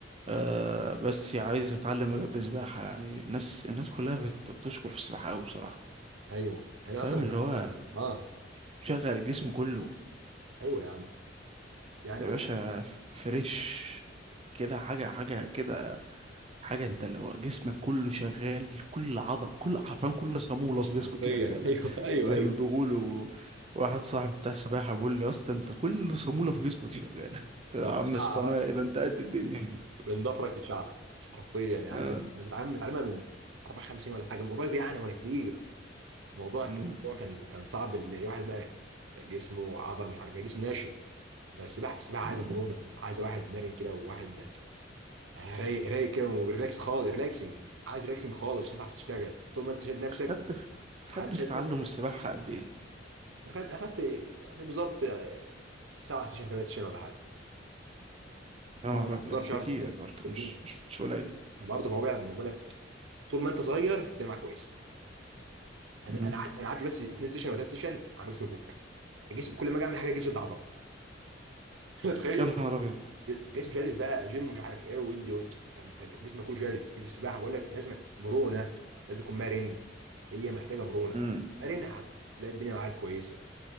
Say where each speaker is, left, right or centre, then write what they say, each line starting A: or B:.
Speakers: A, on the right; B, on the right.
A: آه بس عايز اتعلم بجد سباحه يعني الناس الناس كلها بت- بتشكر في السباحه قوي بصراحه
B: ايوه انا
A: فاهم
B: اصلا بتعلمها
A: اللي هو
B: اه
A: شغل الجسم كله
B: ايوه يا عم يعني
A: يا
B: مثلا
A: باشا ف- فريش كده حاجه حاجه كده حاجة انت لو جسمك كله شغال كل عضل كل حرفيا كل صامولة في جسمك
B: حرفيا
A: شغالة
B: <laughs> ايوه ايوه
A: زي
B: ايوه
A: ما بيقولوا واحد صاحب بتاع السباحة بيقول لي يا اسطى انت كل صامولة في جسمك شغالة <laughs> قلت له
B: من
A: يا عم
B: شعرك
A: الصنايعي ده انت قد الدنيا
B: من ضفرك لشعرك حرفيا يعني
A: اه
B: انا انا متعلم متعلمها من 54 ولا حاجه من قريب يعني وانا كبير الموضوع كان-
A: مم.
B: الموضوع كان كان صعب الواحد بقى جسمه عضله مش عارف ايه جسمه ناشف فالسباحه السباحه
A: مم.
B: عايزه مرونه عايزه واحد مرن كده وواحد رايق رايق كده وريلاكس خالص ريلاكسنج عايز ريلاكسنج خالص عشان تعرف تشتغل طول ما انت شاد نفسك
A: خدت
B: وت-
A: في خدت
B: وحد شده
A: في تعلم السباحة قد ايه؟
B: اخدت أخدت يعني بالظبط آه، سبع سيشن ثمان سيشن ولا حاجه
A: يا نهار
B: عمر
A: ابيض
B: اصغر شعر
A: كتير
B: في
A: برضه
B: الفيلم
A: مش مش مش قليل
B: برضه هو بقى ما بقولك طول ما انت صغير الدنيا معاك كويسه انا
A: مم.
B: انا قعدت انا قعدت بس اتنين سيشن ولا ثلاث سيشن عمال جسمي فوق الجسم كل ما اجي اعمل حاجه جسمي اتعضل تخيل
A: يا نهار ابيض
B: <laughs> جسمي شادد بقى جيم مش عارف ايه ودي و... طب انت جسمك كله شادد تيجي السباحه بقول لك لازم مرونه لازم تكون مرن هي محتاجه مرونه
A: مم.
B: مرن هتلاقي الدنيا معاك كويسه